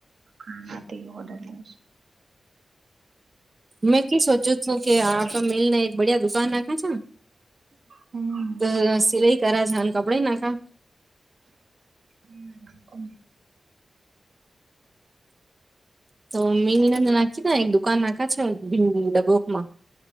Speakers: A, on the right; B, on the right.
A: આનાથી ઓર્ડર લ્યો છો.
B: મેં કી સોચુ છું કે, આપે મિલને એક બડિયા દુકાન નાખે છે.
A: હમ્મ
B: અ સિલાઈ કરા હાણ કપડે ઈ નાખા
A: હમ
B: ઓ મીનીનંદ નાખીના એક દુકાન નાખા છે, ભીલું ભીલું ડગોક માં.